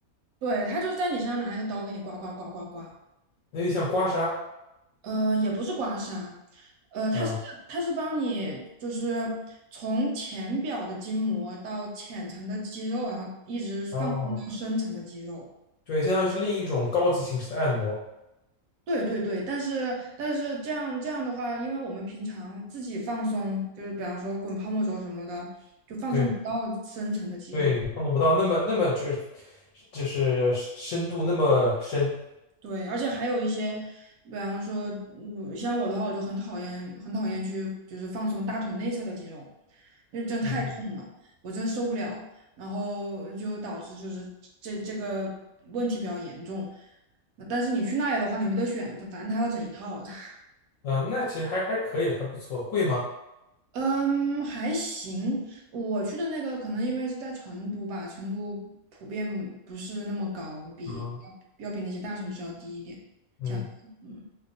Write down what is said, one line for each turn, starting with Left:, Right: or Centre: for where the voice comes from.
Right: 对，他就在你身上拿那个刀给你刮刮刮刮刮。
Left: 那就像刮痧，
Right: 呃，也不是刮痧，呃，
Left: 嗯，
Right: 它是它是帮你就是从浅表的筋膜到浅层的肌肉，然后一直放松到深层的肌肉。
Left: 哦，对，相当于是另一种高级形式的按摩。
Right: 对对对，但是但是这样这样的话，因为我们平常自己放松，就是比方说滚泡沫轴什么的，就放松不到深层的肌肉。
Left: 对对，碰触不到那么那么就是就是深度那么深。
Right: 对，而且还有一些，比方说，嗯像我的话，我就很讨厌，很讨厌去就是放松大腿内侧的肌肉，因为真太痛了，
Left: 嗯哼，
Right: 我真受不了，然后就导致就是这这个问题比较严重。那但是你去那里的话，你没得选，他反正他要整一套。<laughs>
Left: 嗯，那其实还还可以的，还不错。贵吗？
Right: 嗯，还行。我去的那个可能因为是在成都吧，成都普遍不是那么高，比
Left: 啊，
Right: 要要比那些大城市要低一点。
Left: 嗯，
Right: 价样，嗯。